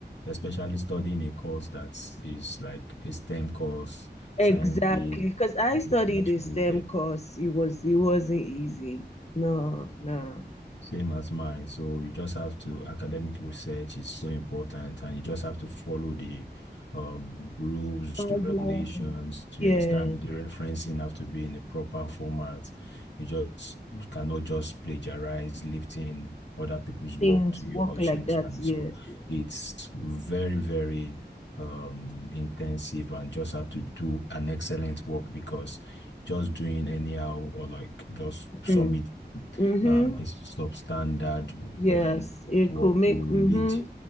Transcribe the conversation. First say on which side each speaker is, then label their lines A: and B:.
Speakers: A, on the left (about 90°); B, on the left (about 40°).
A: especially studying a course that is like a STEM course,
B: exactly.
A: science-based,
B: Because I studied
A: research-related.
B: a STEM course. It was it
A: uh,
B: wasn't easy. No, no.
A: Same as mine. So you just have to, academic research is so important and you just have to follow the um, rules,
B: Guidelines,
A: the regulations. You
B: Yeah,
A: understand? The referencing have to be in the proper format. You just you cannot just plagiarize lifting other people's work
B: things
A: to yours.
B: work like
A: You understand?
B: that. Yes,
A: So
B: yes.
A: it's very, very um, intensive and just have to do an excellent work because just doing anyhow or like just submit
B: Mm-hmm. mm-hmm.
A: um, is substandard
B: Yes,
A: um, that
B: it
A: will,
B: could make mm-hmm,
A: lead